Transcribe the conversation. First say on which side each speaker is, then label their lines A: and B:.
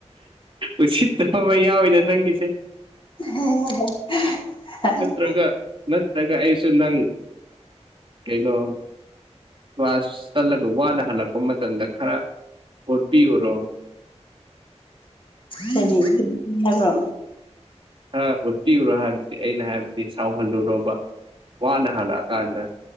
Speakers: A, on the right; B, on the left.
A: ꯎꯁꯤꯠꯇ ꯑꯃ ꯌꯥꯎꯋꯤꯗ ꯅꯪꯒꯤꯁꯦ
B: <unintelligible>
A: ꯅꯠꯇ꯭ꯔꯒ ꯅꯠꯇ꯭ꯔꯒ ꯑꯩꯁꯨ ꯅꯪ ꯀꯩꯅꯣ ꯀ꯭ꯂꯥꯁ ꯆꯠꯂꯒ ꯋꯥꯅ ꯍꯜꯂꯛꯄ ꯃꯇꯝꯗ ꯈꯔ ꯍꯣꯠꯄꯤꯌꯨꯔꯣ
B: ꯍꯥꯏꯗꯤ ꯍꯥꯏꯕ꯭ꯔꯣ
A: ꯈ ꯎꯠꯄꯤꯔꯨꯔꯣ ꯍꯥꯏꯕꯗꯤ ꯑꯩꯅ ꯍꯥꯏꯕꯗꯤ ꯁꯥꯎꯍꯜꯂꯨꯔꯣꯕ ꯋꯥꯅ ꯍꯜꯂꯛꯑꯀꯥꯟꯗ